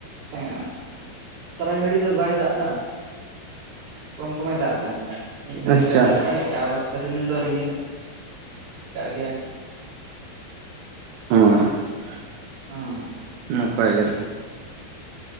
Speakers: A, on the right; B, on the right.
A: ᱦᱮᱸ ᱥᱟᱨᱟ ᱜᱷᱟᱹᱲᱤ ᱫᱚ ᱵᱟᱭ ᱫᱟᱜ ᱮᱫᱟ ᱠᱚᱢ ᱠᱚᱢᱮ ᱫᱟᱜ ᱮᱫᱟ ᱢᱤᱫ ᱜᱷᱟᱹᱲᱤ
B: ᱟᱪᱪᱷᱟ
A: ᱠᱟᱛᱮ ᱫᱟᱜ ᱮᱫᱟᱭ ᱟᱨ ᱨᱤᱢᱤᱞ ᱫᱚ ᱨᱤᱢᱤᱞ ᱠᱟᱜ ᱜᱮᱭᱟᱭ
B: <unintelligible>
A: <unintelligible>
B: ᱱᱟᱯᱟᱭ ᱜᱮ